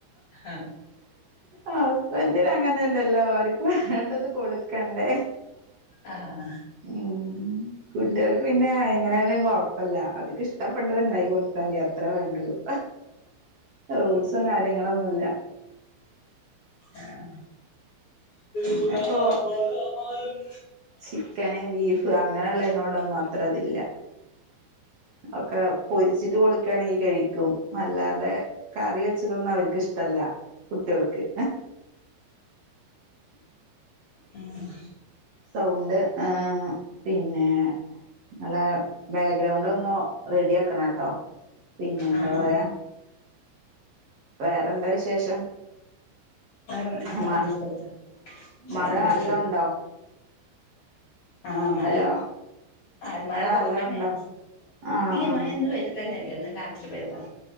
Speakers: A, on the left; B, on the right.
A: ആഹ്
B: ഹസ്ബന്റിന് അങ്ങനെയല്ലല്ലോ ആ വര്ക്കു വേണ്ടത് കൊടുക്കണ്ടേ
A: ആഹ്
B: ഉം കുട്ടിആൾക്ക് പിന്നെ എങ്ങനെയായാലും കൊഴപ്പില്ല അവർക്ക് ഇഷ് ഇഷ്ടപ്പെട്ടത്ണ്ടാക്കി കൊടുത്താതി അത്രേ വേണ്ടുള്ളൂ റൂൾസും കാര്യങ്ങളൊന്നുല്ല
A: ആഹ്
B: പിന്നെപ്പോ
A: എല്ലാ ബലാലും
B: ചിക്കന് ബീഫ് അങ്ങനെയുള്ളതിനോടൊന്നും അത്ര ഇതില്ല ഒക്കെ പൊരിച്ചിട്ട് കൊടുക്കയാണെങ്കിൽ കഴിക്കും അല്ലാതെ കറി വെച്ചതൊന്നും അവരിക്കിഷ്ടല്ല കുട്ടികൾക്ക്
A: <unintelligible>
B: സൗണ്ട് ആ പിന്നെ നല്ല ബെഗ്രൗണ്ട് ഒന്ന് റെഡി ആക്കണം കേട്ടോ പിന്നെ എന്താ
A: ആഹ് ആഹ്
B: പറയാ വേറെന്താ വിശേഷം
A: വേറെ ഇത്താക്കൊന്ന്
B: മ
A: ഇട്ട് കൊടുത്തേ ചായേം
B: മഴ
A: കടിം
B: നല്ലോം
A: ഇട്ട് കൊടുത്തേ
B: ഉണ്ടോ
A: ആഹ മഴ
B: ഹലോ
A: ആ മഴ കൊറവന്നെയാണ്.
B: നല്ല ഉണ്ടോ ആഹ്
A: ഇല്ല മഴ ഇന്ന് പെയ് ട്ടന്നെല്ലന്ന് രാത്രി പെയ്തതാ